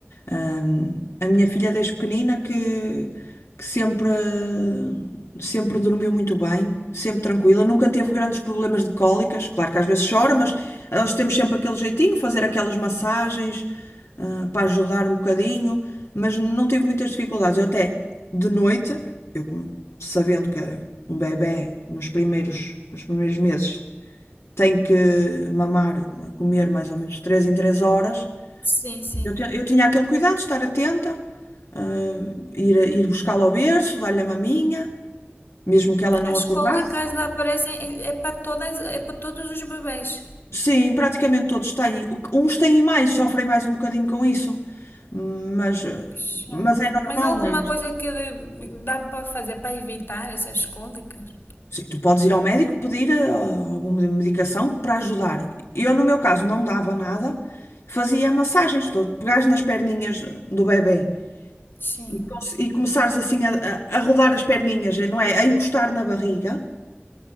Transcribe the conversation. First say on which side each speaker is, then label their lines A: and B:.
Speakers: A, on the left (about 85°); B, on the left (about 55°).
A: Ahm, a minha filha desde pequenina que, que sempre, eh, sempre dormiu muito bem, sempre tranquila, nunca teve grandes problemas de cólicas. Claro que às vezes chora, mas nós temos sempre aquele jeitinho, fazer aquelas massagens, ah, para ajudar um bocadinho, mas não tive muitas dificuldades. Eu até de noite, eu como- sabendo que um bebé nos primeiros, nos primeiros meses tem que mamar, comer mais ou menos 3 em 3 horas.
B: Sim, sim.
A: Eu, ti- eu tinha aquele cuidado de estar atenta, ah, ir, a- ir buscá-la ao berço, dar-lhe a maminha, mesmo que ela não
B: As
A: acordasse.
B: cólicas aparecem, é, é para todas, é para todos os bebês.
A: Sim, praticamente todos têm. O que- Uns têm mais, sofrem mais um bocadinho com isso, mas, ah,
B: Que chato.
A: mas é normal,
B: Mas há alguma
A: não é?
B: coisa que dá para fazer para evitar essas cólicas?
A: Sim, tu podes ir ao médico pedir ah, alguma medicação para ajudar. Eu, no meu caso, não dava nada, fazia massagens, tu pegares nas perninhas do bebê
B: Sim.
A: e, cons- e começares assim a, a a rodar as perninhas, eh, não é? A encostar na barriga.